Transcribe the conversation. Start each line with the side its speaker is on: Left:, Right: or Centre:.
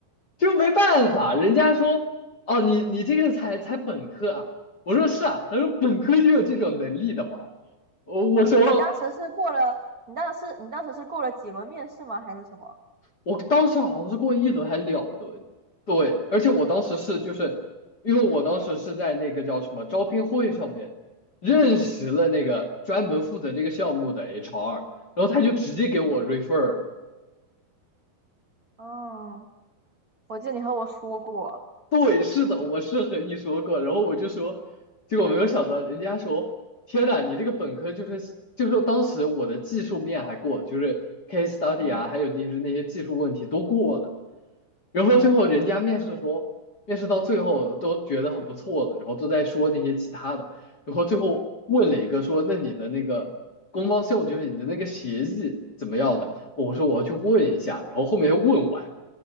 Left: 就没办法，人家说哦，你你这个才才本科啊，我说是啊，他说本科就有这种能力的吗？我我说
Right: 你你当时是过了，你当时是你当时是过了几轮面试吗？还是什么？
Left: 我当时好像是过一轮还是两轮，对，而且我当时是就是因为我当时是在那个叫什么招聘会上面认识了那个专门负责这个项目的 HR，然后他就直接给我 refer 了。
Right: 嗯，我记得你和我说过，
Left: 对，是的，我是和你说过，然后我就说，结果没有想到，人家说，天呐，你这个本科就是就是当时我的技术面还过，就是 case study
Right: 嗯
Left: 啊，还有就是那些技术问题都过了，然后最后人家面试说，
Right: 嗯，
Left: 面试到最后都觉得很不错了，然后都在说那些其他的，然后最后问了一个说，那你的那个官方项目就是你的那个协议怎么样的？我说我要去问一下，然后后面又问完。